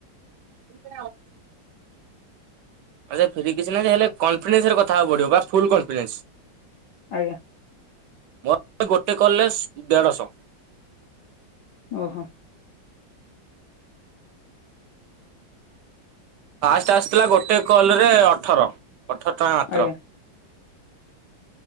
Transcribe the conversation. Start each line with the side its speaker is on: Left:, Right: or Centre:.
Right: <unintelligible> ଆଛା ଫ୍ରି କିଛି ନାହିଁ ହେଲେ କନ୍ଫିଡେନ୍ସ ରେ କଥା ହବାକୁ ପଡିବ ବା ଫୁଲ କନଫିଡେନ୍ସ।
Left: ଆଜ୍ଞା।
Right: ମୋର ଗୋଟେ କଲେ ଦେଢଶହ।
Left: ଓହୋ।
Right: ଫାଷ୍ଟ ଆସିଥିଲା ଗୋଟେ କଲରେ ଅଠର ଅଠର ଟଙ୍କା ମାତ୍ର।
Left: ଆଜ୍ଞା